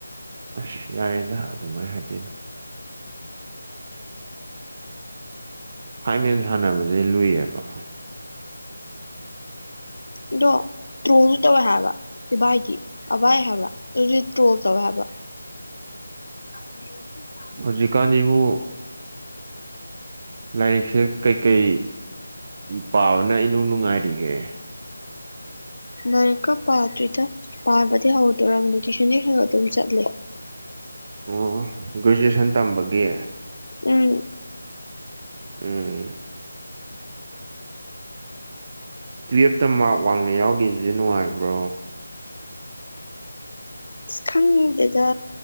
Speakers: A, on the right; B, on the left.
A: ꯑꯁ ꯌꯥꯔꯦꯗ ꯑꯗꯨꯃꯥꯏꯅ ꯍꯥꯏꯕꯤꯅꯨ ꯐꯥꯏꯃꯦꯟ ꯁꯥꯟꯅꯕꯁꯦ ꯂꯨꯏꯌꯦꯕ
B: ꯑꯗꯣ ꯇ꯭ꯔꯣꯜꯁꯨ ꯇꯧꯋꯦ ꯍꯥꯏꯕ ꯏꯚꯥꯏꯗꯤ ꯑꯚꯥꯏ ꯍꯥꯏꯕ꯭ꯔꯥ ꯑꯗꯨꯁꯨ ꯇ꯭ꯔꯣꯜ ꯇꯧꯋꯦ ꯍꯥꯏꯕ ꯅꯤ
A: ꯍꯧꯖꯤꯛꯀꯥꯟꯁꯤꯕꯨ ꯂꯥꯏꯔꯤꯛꯁꯦ ꯀꯩꯀꯩ ꯄꯥꯕꯅ ꯏꯅꯨꯡ ꯅꯨꯡꯉꯥꯏꯔꯤꯒꯦ
B: ꯂꯥꯏꯔꯤꯛꯀ ꯄꯥꯗꯔ꯭ꯤꯗ ꯄꯥꯕꯗꯤ ꯍꯧꯗꯣꯔꯕꯅꯦ ꯇꯨꯏꯁꯟꯗꯤ ꯈꯔ ꯑꯗꯨꯝ ꯆꯠꯂꯦ
A: ꯑꯣ ꯒ꯭ꯔꯦꯖꯨꯑꯦꯁꯟ ꯇꯝꯕꯒꯤ
B: ꯎꯝ
A: ꯎꯝ ꯇꯨꯌꯦꯜꯞꯇ ꯃꯥꯔꯛ ꯋꯥꯡꯅ ꯌꯥꯎꯒꯤꯕꯁꯦ ꯅꯨꯡꯉꯥꯏꯕ꯭ꯔꯣ
B: ꯑ ꯈꯪꯒꯦꯗ